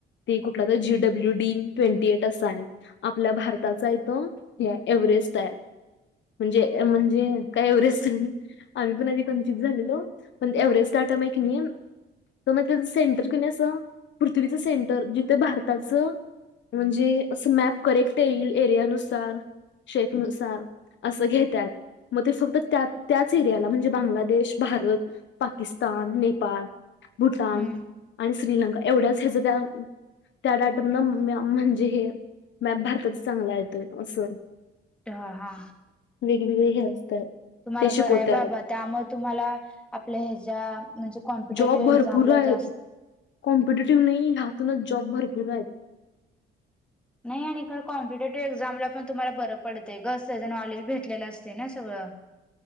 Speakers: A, on the left; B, in the centre.
A: ते कुठला तर G W D twenty eight असा आहे. आपल्या भारताचा आहेे तो एव्हरेस्ट आहे. म्हणजे म्हणजे काय एवरेस्ट आम्ही पण आधी कंचित झालेलो पण एव्हरेस्ट डाटा आहे की नाही तर मग त्याच सेंटर क नी असं पृथ्वीच सेंटर जिथं भारताचं म्हणजे असं मॅप करेक्ट येईल एरियानुसार, शेपनुसार असं घेत्यात मग ते फक्त त्या त्याच एरियाला म्हणजे बांगलादेश भारत पाकिस्तान नेपाळ भूटान
B: हम्म
A: आणि श्रीलंका एवढ्याच ह्याच त्या त्या डाटम न म्हणजे हे मॅप भारताचा चांगला येतोय असं
B: दहा
A: वेगवेगळे हे असतात.
B: तुम्हाला
A: ते शिकवत्यात
B: बरं आहे बाबा त्यामुळे तुम्हाला आपल्या ह्याच्या म्हणजे कॉम्पिटेटिव्ह
A: जॉब भरपूर
B: एक्झाम ला
A: आहेत.
B: जास्त
A: कॉम्पिटेटिव्ह नाही ह्यातूनच जॉब भरपूर आहेत.
B: नाही आणि खर कॉम्पिटेटिव्ह एक्झामला पण तुम्हाला बर पडते ग त्याच नॉलेज भेटलेलं असते ना सगळं